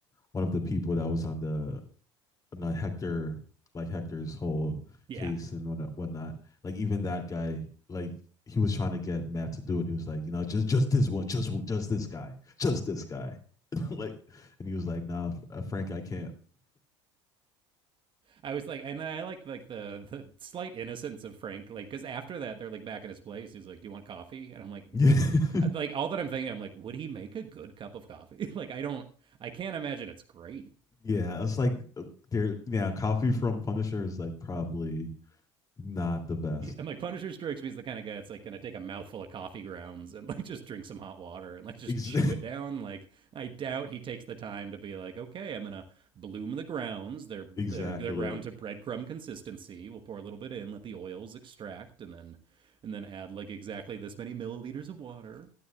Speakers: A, on the left; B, on the right.
A: one of the people that was on the on the Hector like Hector's whole
B: Yeah,
A: case and whatnot. whatnot. Like even that guy, like he was trying to get Matt to do it. He was like, you know, just just this one, just just this guy, just this guy. <laughs> like, and he was like, nah, uh, Frank, I can't.
B: I was like, and I like like the the slight innocence of Frank, like because after that they're like back at his place. He's like, "Do you want coffee?" And I'm like,
A: <laughs> yeah,
B: Like all that I'm thinking, I'm like, would he make a good cup of coffee? <laughs> like I don't, I can't imagine it's great. <laughs>
A: it's like uh, there. Yeah, coffee from Punisher is like probably not the best
B: And like Punisher strikes me as the kind of guy that's like gonna take a mouthful of coffee grounds and <laughs> like just drink some hot water and like just
A: Ex-
B: chew it down. Like I doubt he takes the time to be like, okay, I'm gonna bloom the grounds. They're
A: <laughs> exactly.
B: they're they're ground to breadcrumb consistency. We'll pour a little bit in, let the oils extract, and then and then add like exactly this many milliliters of water.